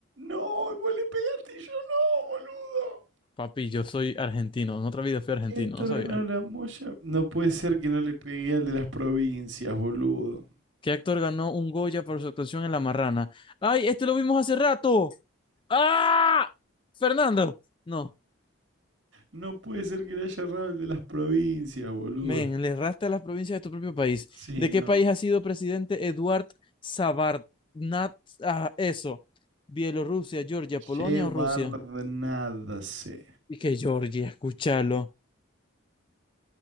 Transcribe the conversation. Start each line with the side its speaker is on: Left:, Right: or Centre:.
Right: No, vos le pegaste y yo no, boludo.
Left: Papi, yo soy argentino, en otra vida fui argentino,
Right: ¿Qué actor
Left: no sabía.
Right: ganó la Moya? No puede ser que no le pegué al de las provincias, boludo.
Left: ¿Qué actor ganó un Goya por su actuación en La Marrana? ¡Ay, este lo vimos hace rato! ¡Ah! Fernando. No.
Right: No puede ser que le haya errado el de las provincias, boludo.
Left: Men, le erraste a las provincias de tu propio país.
Right: Sí,
Left: ¿De qué
Right: no.
Left: país ha sido presidente Eduard Sabarnat? Ah, eso. Bielorrusia, Georgia, Polonia
Right: Llevar
Left: o Rusia.
Right: nada sé.
Left: Y que Georgia, escúchalo.